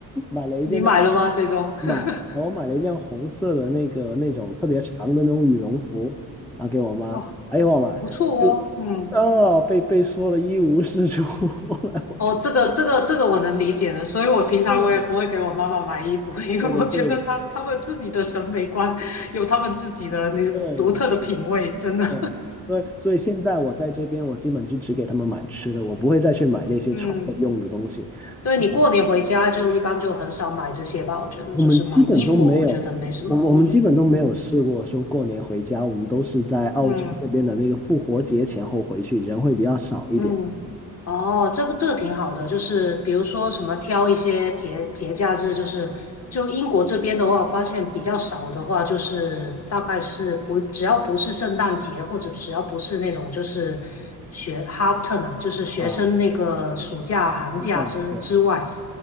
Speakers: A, in the centre; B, on the left.
A: 买了一件那个
B: 你买了吗？最终，
A: 买，
B: <laughs>
A: 我买了一件红色的那个那种特别长的那种羽绒服啊，给我妈。
B: 哇，
A: 哎呦我妈，
B: 不错哦，
A: 就哦被被说的一无是处。
B: 嗯，
A: <laughs> 后来我就
B: 哦，这个这个这个我能理解的，所以我平常我也不会给我妈妈买衣服，
A: 对
B: <laughs> 因为我觉得她她们自己的审美观有她们自己的那独特的品味，
A: 对的对的对
B: 真的，
A: 对，所以所以现在我在这边，我基本就只给他们买吃的，我不会再去买那些穿的用的东西。
B: <laughs> 嗯，对你过年回家就一般就很少买这些吧，
A: 像
B: 我觉得就是买衣服，
A: 我们基本都没有，
B: 我觉得没什么意义，
A: 我们我们基本都没有试过说过年回家，
B: 嗯
A: 我们都是在澳洲那边的那个复活节前后回去，
B: 嗯。
A: 人会比较少一点。
B: 嗯，哦，这个这个挺好的，就是比如说什么挑一些节节假日，就是就英国这边的话，我发现比较少的话，就是大概是不只要不是圣诞节，或者只要不是那种就是学 h a l t e r 啊，就是学生那个暑假寒假之之外，
A: 啊，就这样，对，